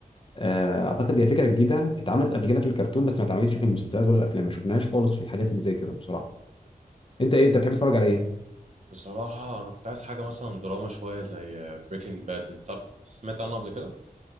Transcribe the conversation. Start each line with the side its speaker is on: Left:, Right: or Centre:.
Left: آه، اعتقد هي فكره جديده اتعملت قبل كده في الكرتون بس ما اتعملتش في المسلسلات ولا الافلام ما شفناهاش خالص في الحاجات اللي زي كده بصراحه انت ايه انت بتحب تتفرج على ايه
Right: بصراحة أنا كنت عايز حاجة مثلا دراما شوية زي بريكنج باد أنت عارف سمعت عنه قبل كده؟